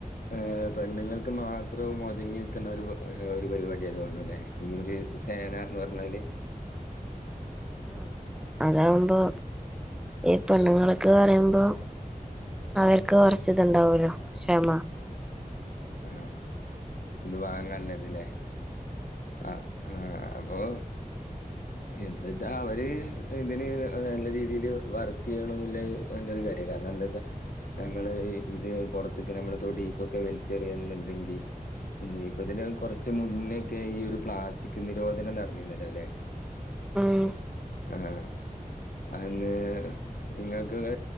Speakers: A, on the left (about 75°); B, in the centre.
A: ഏഹ പെണ്ണുങ്ങൾക്ക് മാത്രം മുതങ്ങി നിൽക്കുന്ന ഒരു ഒരു പരിപാടി അതുകൊണ്ടു അല്ലേ ഈൊ ഒരു സേന എന്ന് പറഞ്ഞാല്
B: ആഹ അതാവുമ്പോ ഈ പെണ്ണുങ്ങളൊക്കെ പറയുമ്പോ അവർക്ക് കുറച്ച ഇതുണ്ടാവല്ലോ ക്ഷമ
A: ആഹ് ഇത് വാങ്ങല്ലേതില്ലേ ആ ആ അപ്പൊ എന്താച്ചാ അവര് ഇതിന് ഹ് ഹ് നല്ല രീതിയില് വർക്കയ്യണന്ന് ല്ല്യ നല്ലൊരു കാര്യ കാരണം ന്താച്ചാ നമ്മള ഈ ഇത് പൊർത് ക്ക് നമ്മള തൊടീ ക്കൊക്ക വെൽച്ചെറിയണം ന്ന് ണ്ടെങ്കിൽ ഹ് യ്യേ പ്പതിന്റെ കൊർച്ച് മുന്നൊക്കെ ഈ ഒരു പ്ലാസ്റ്റിക് നിരോധനം നട് ന്നീ ന്ന ലോ അല്ലേ
B: ഉം
A: ആഹ് അഹന്ന് ഇങ്ങക്കക്കൊ